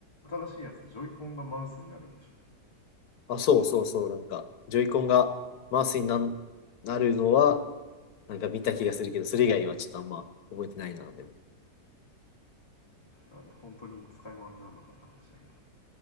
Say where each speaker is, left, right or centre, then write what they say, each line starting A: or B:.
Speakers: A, on the left; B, on the left.
A: 新しいやつジョイコンがマウスになるんでし
B: あ、そうそうそう、なんか、ジョイコンがマウスになんなるのは、なんか見た気がするけど、それ以外はちょっとあんま覚えてないな、でも。
A: ょあれ本当に使い物にならなかった話だけど